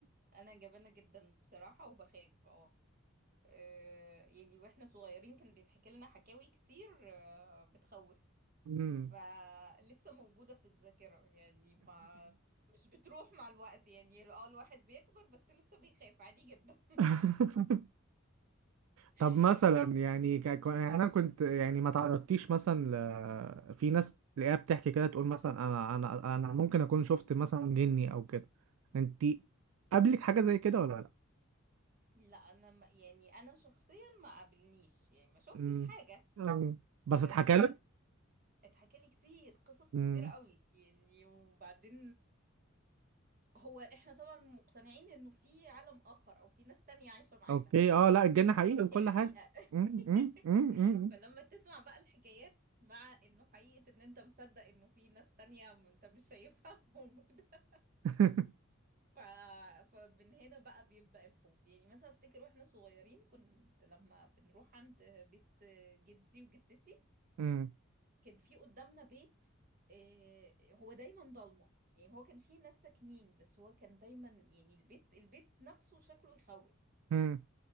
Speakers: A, on the right; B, on the right.
A: انا جبانة جدا بصراحة وبخاف اه آه، يعني واحنا صغيرين كان بيتحكي لنا حكاوي كتير آه، بتخوف
B: مم.
A: فلسه موجودة في الذاكرة يعني ما مش بتروح مع الوقت يعني اه الواحد بيكبر بس لسه بيخاف عادي جدا
B: <laughs> طب مثلا
A: <laughs> يعني
B: يعني ك... ك- يعني انا كنت يعني ما تعرضتيش مثلا ل... في ناس تلاقيها بتحكي كده تقول مثلا انا انا انا ممكن اكون شفت مثلا جني او كده انت قابلك حاجه زي كده ولا لا
A: لا انا ما- يعني انا شخصيا ما قابلنيش يعني ما شفتش
B: امم
A: حاجة
B: أمم. بس
A: بس
B: اتحكى لك
A: اتحكى لي كتير قصص
B: امم
A: كتير قوي يعني وبعدين هو احنا طبعا مقتنعين انه في عالم اخر او في ناس تانية عايشة معانا
B: اوكي اه لا الجن حقيقي وكل
A: دي حقيقة
B: حاجه امم
A: <laughs>
B: امم امم امم
A: فلما تسمع بقى الحكايات مع انه حقيقة ان انت مصدق انه في ناس تانية م- انت مش شايفها <laughs> موجودة
B: <laughs>
A: ف... فمن هنا بقى بيبدأ الخوف يعني مثلا افتكر واحنا صغيرين كنت لما بنروح عند بيت جدي وجدتي
B: أمم.
A: كان في قدامنا بيت آه، هو دايما ضلمة يعني هو كان فيه ناس ساكنين بس هو كان دايما يعني البيت البيت نفسه شكله يخوف
B: أمم.